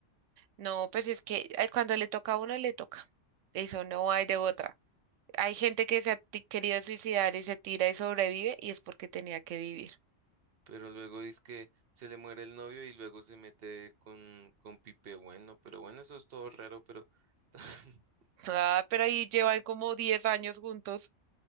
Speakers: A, on the right; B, on the right.
A: No, pues es que eh, cuando le toca a uno, le toca. Eso no hay de otra. Hay gente que se ha ti- querido suicidar y se tira y sobrevive y es porque tenía que vivir.
B: Pero luego dice que se le muere el novio y luego se mete con, con Pipe Bueno. Pero bueno, eso es todo raro, pero <laughs>
A: <laughs> Ah, pero ahí llevan como diez años juntos.